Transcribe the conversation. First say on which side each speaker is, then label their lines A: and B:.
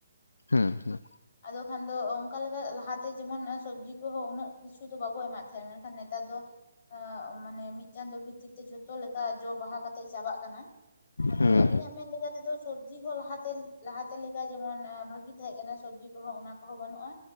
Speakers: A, on the left; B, on the left.
A: ᱦᱩᱸ ᱦᱩᱸ
B: ᱟᱫᱚ ᱠᱷᱟᱱ ᱫᱚ ᱚᱱᱠᱟ ᱞᱮᱠᱟ ᱞᱟᱦᱟᱛᱮ ᱡᱮᱢᱚᱱ ᱥᱚᱵᱡᱤ ᱠᱚᱦᱚᱸ ᱩᱱᱟᱹᱜ ᱠᱤᱪᱷᱩ ᱫᱚ ᱵᱟᱵᱚ ᱮᱢᱟᱜ ᱛᱟᱦᱮᱸᱫ ᱢᱮᱱᱠᱷᱟᱱ ᱱᱮᱛᱟᱨ ᱫᱚ ᱢᱟᱱᱮ ᱢᱤᱫ ᱪᱟᱸᱫᱳ ᱵᱷᱤᱛᱤᱨ ᱛᱮ ᱡᱷᱚᱛᱚ ᱞᱮᱠᱟ ᱡᱚ ᱵᱟᱦᱟ ᱠᱟᱛᱮᱜ ᱪᱟᱵᱟᱜ ᱠᱟᱱᱟ᱾ ᱟᱫᱚ
A: ᱦᱮᱸ
B: ᱟᱹᱞᱤᱧᱟᱜ ᱢᱮᱱ ᱞᱮᱠᱟᱛᱮᱫᱚ ᱥᱚᱵᱡᱤ ᱦᱚᱸ ᱞᱟᱦᱟᱛᱮ ᱞᱟᱦᱟᱛᱮ ᱞᱮᱠᱟ ᱡᱮᱢᱚᱱ ᱵᱷᱟᱹᱜᱤ ᱛᱟᱦᱮᱸ ᱠᱟᱱᱟ ᱥᱚᱵᱡᱤ ᱠᱚᱦᱚᱸ ᱚᱱᱟ ᱠᱚᱦᱚᱸ ᱵᱟᱹᱱᱩᱜᱼᱟ